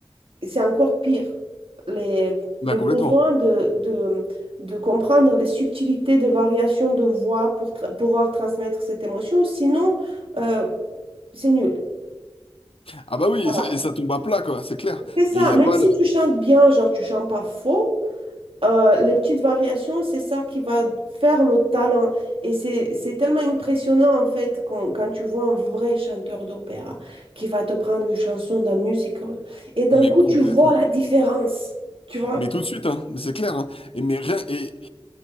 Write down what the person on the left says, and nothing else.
bah
complètement.
Ah bah oui,
et ça, et ça tombe à plat, quoi, c'est clair.
Et il n'y
a pas
le...
Mais
complètement.
Mais tout de suite, hein, mais c'est clair. hein. Et mais rien- et,